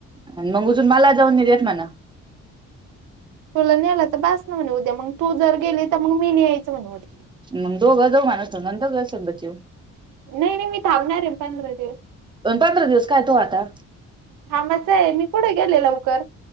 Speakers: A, on the right; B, on the right.
A: अन, मंग उजून, माला जाऊन, नई देत म्हणा
B: तुला ने्लं त, बास ना, म्हण उद्या, मंग तू जर गेली, त मग मी नई, यायचं म उद्
A: मंग दोघ-दोघं न संगन, दोघं संगच येऊ.
B: नहीं-नहीं, मी थांबणार ये न, पंधरा दिवस.
A: अन, पंधरा दिवस काय ये, तो आता?
B: थांबायच आहे, मी कुठे गेले लवकर?